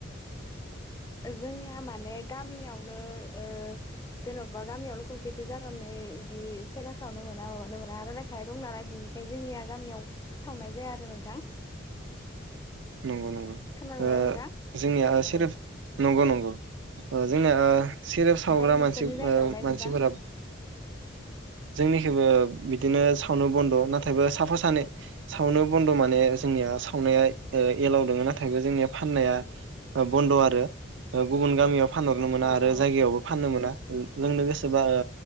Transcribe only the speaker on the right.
नंगौ नंगौ
ओ
जोंनिया
सेरेब नंगौ नंगौ। ओ जोंना ओ सेरेब सावग्रा
मानसि
ओ मानसिफोरा
जोंनिखैबो बिदिनो सावनो बन्द' नाथायबो साफा सानै सावनो बन्द' माने जोंनिया सावनाया ओ एलाव दोङो नाथायबो जोंनिया फाननाया बन्द' आरो गुबुन ओ गामियाव फानहरनो मोना
आरो
जायगायावबो फाननो मोना। लोंनो गोसोबा ओ